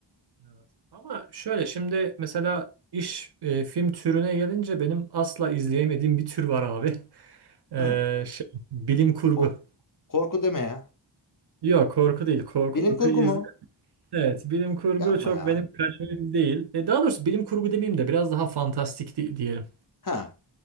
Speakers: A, on the right; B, on the left.
A: evet. Ama şöyle şimdi mesela iş e, film türüne gelince benim asla izleyemediğim bir tür var abi. <laughs> E,
B: Hı.
A: şey, bilim kurgu.
B: Kor- korku deme ya.
A: Yok korku değil. Korku,
B: Bilim
A: korku
B: kurgu
A: izlerim
B: mu?
A: Evet, bilim kurgu
B: Yapma
A: çok
B: ya.
A: benim kalemim değil. E, daha doğrusu bilim kurgu demeyeyim de biraz daha fantastik di- diyelim.
B: Ha.